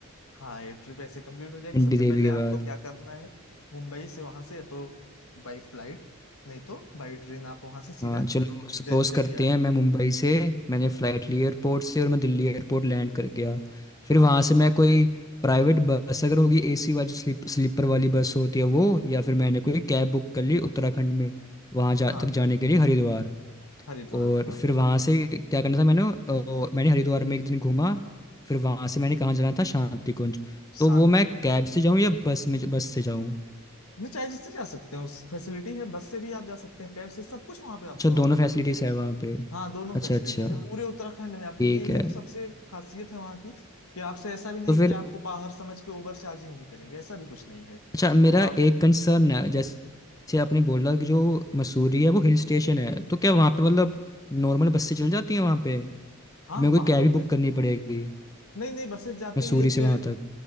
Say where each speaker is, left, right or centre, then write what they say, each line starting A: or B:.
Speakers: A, on the left; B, on the left.
A: हाँ ये ट्रिप ऐसे कंप्लीट हो जाएगी
B: पिंडी
A: सबसे
B: देवी
A: पहले
B: के
A: आपको
B: बाद
A: क्या करना है मुंबई से वहां से या तो बाई फ्लाइट नहीं तो बाई ट्रेन आप वहां से सीधा
B: हाँ चलो सपोज
A: दे, दिल्ली
B: करते
A: आ जाओ
B: हैं मैं मुंबई से मैंने फ़्लाइट ली एयरपोर्ट से और मैं दिल्ली एयरपोर्ट लैंड कर गया फिर
A: हाँ
B: वहाँ से मैं कोई प्राइवेट बस अगर होगी एसी वाली स्लीप स्लीपर वाली बस होती है वो या फिर मैंने कोई कैब बुक कर ली उत्तराखंड में वहाँ जा
A: हाँ
B: तक जाने के लिए हरिद्वार
A: हरिद्वार
B: और
A: हाँ
B: फिर वहाँ से क्या करना था मैंने अ, मैंने हरिद्वार में एक दिन घूमा फिर वहाँ से मैंने कहाँ जाना था शांति कुंज
A: शांति
B: तो वो मैं
A: कुंज
B: कैब से जाऊँ या बस में बस से जाऊँ
A: नहीं चाहे जिससे जा सकते हैं उस फैसिलिटी है बस से भी आप जा सकते हैं कैब से सब कुछ वहां पे आपको
B: अच्छा दोनों
A: अवेलेबल
B: फैसिलिटीज़
A: मिलेगा
B: है वहाँ पे
A: हाँ दोनों
B: अच्छा
A: फैसिलिटी
B: अच्छा
A: है पूरे उत्तराखंड में आपको
B: ठीक
A: यही
B: है
A: तो सबसे खासियत है वहाँ की कि आपसे ऐसा भी नहीं
B: तो फिर
A: कि आपको बाहर समझ के ओवर चार्जिंग भी करेंगे ऐसा भी कुछ नहीं है
B: अच्छा मेरा
A: वो आप
B: एक कंसर्न है जैसे आपने बोला कि जो मसूरी है वो हिल स्टेशन है तो क्या वहाँ पे मतलब नॉर्मल बस से चल जाती है वहाँ पे कि
A: हाँ
B: मेरे
A: पहाड़ों
B: को कैब ही
A: पे
B: बुक करनी पड़ेगी
A: नहीं नहीं बसेस जाती
B: मसूरी
A: हैं एक
B: से वहाँ तक